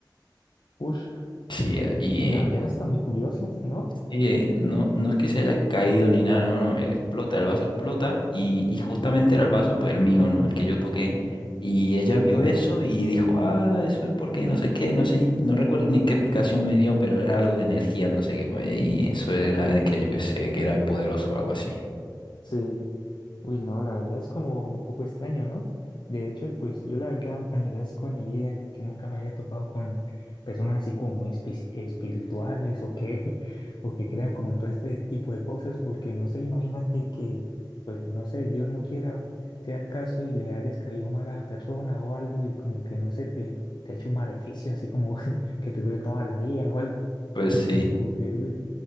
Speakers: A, on the left; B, on the left.
A: Ush,
B: Sí, eh, y
A: la verdad está muy curioso, ¿no?
B: Oye, no, no es que se haya caído ni nada, no, no, eh, explota, el vaso explota y, y justamente era el vaso, pues el mío, ¿no? El que yo toqué. Y ella vio
A: Sí,
B: eso y dijo, ah, eso es porque no sé qué, no sé ni, no recuerdo ni qué explicación me dio, pero era algo de energía, no sé qué, pues, y eso era de que yo qué sé, que era poderoso o algo así.
A: sí. Uy, no, la verdad es como un poco extraño, ¿no? De hecho, y pues yo la verdad agradezco en mi vida que nunca me haya topado con personas así como muy espi- espirituales o que, <laughs> o que crean como en todo este tipo de cosas, porque no sé, imagínate que, pues no sé, Dios no quiera sea el caso y le hayas caído mal a la persona o algo y como que no sé, te, te ha hecho un maleficio así como <laughs> que te dure toda la vida o algo.
B: Pues sí,
A: Entonces como que, uy,